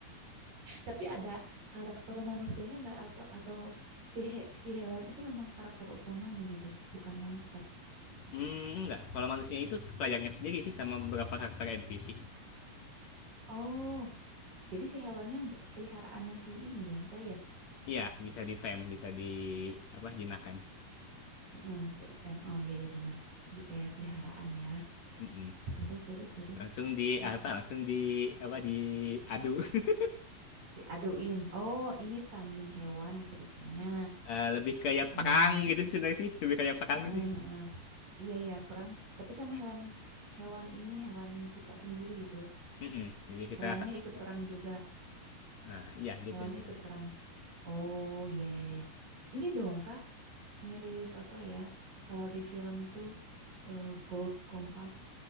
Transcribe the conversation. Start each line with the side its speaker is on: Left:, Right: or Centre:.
Right: Tapi ada karakter manusianya nggak atau atau si he- si hewan itu memang karakter utamanya gitu, bukan monster.
Left: Hmm, enggak. Kalau manusia itu pelajarnya sendiri sih sama beberapa karakter NPC.
Right: Oh, jadi si hewannya be- peliharaannya si ini dong, player.
Left: Iya, bisa di ditem, bisa di apa jinakan.
Right: Mm-mm, di attempt. Oh iya iya benar. Jadi kayak peliharaan ya.
Left: Mm-mm.
Right: Seru seru seru
Left: Langsung di apa?
Right: gitu.
Left: Langsung di apa? Diadu. <laughs>
Right: Diaduin. Oh, ini tanding hewan ceritanya.
Left: Eh, lebih kayak
Right: eh
Left: perang gitu sih sebenarnya sih, lebih kayak perang
Right: heeh,
Left: sih.
Right: heeh. Iya iya perang tapi sama hewan hewan ini hewan kita sendiri gitu.
Left: Mm-mm. Jadi kita
Right: Hewannya
Left: sa-
Right: ikut
Left: sa-
Right: perang juga.
Left: ah iya gitu
Right: Hewannya
Left: tuh.
Right: ikut perang. Oh iya iya iya. iya. Ini dong Kak mirip apa ya? Kalau di film tuh eh, Gold Compass.